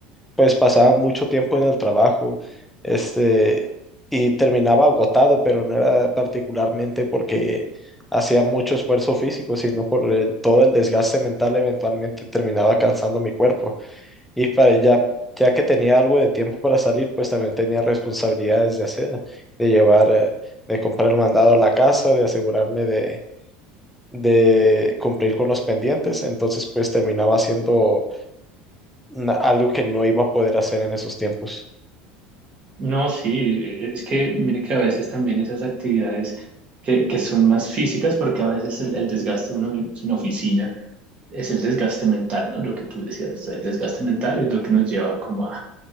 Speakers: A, in the centre; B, on the right.
A: pues pasaba mucho tiempo en el trabajo, este, y terminaba agotado, pero no era particularmente porque hacía mucho esfuerzo físico, sino por el- todo el desgaste mental eventualmente terminaba cansando mi cuerpo. Y para ya, ya que tenía algo de tiempo para salir, pues también tenía responsabilidades de hacer, de llevar, eh, de comprar el mandado a la casa, de asegurarme de... de cumplir con los pendientes, entonces pues terminaba haciendo na- algo que no iba a poder hacer en esos tiempos.
B: No, sí, es que mire que a veces también esas actividades que, que son más físicas porque a veces el, el desgaste uno en en oficina es el desgaste mental, ¿no? Lo que tú decías, o sea, el desgaste mental es lo que nos lleva como a,